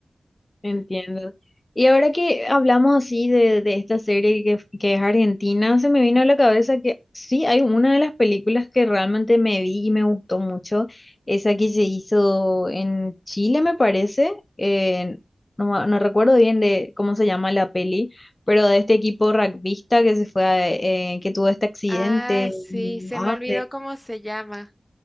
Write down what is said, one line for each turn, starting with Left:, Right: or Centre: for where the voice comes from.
Left: entiendo. Y ahora que hablamos así de, de esta serie que, que es argentina, se me vino a la cabeza que sí, hay una de las películas que realmente me vi y me gustó mucho, esa que se hizo en Chile, me parece, eh, no, ma- no recuerdo bien de cómo se llama la peli, pero de este equipo rugbyista que se fue a- eh, que tuvo este accidente.
Centre: Ah, sí, se
Left: Ah,
Centre: me olvidó cómo se llama.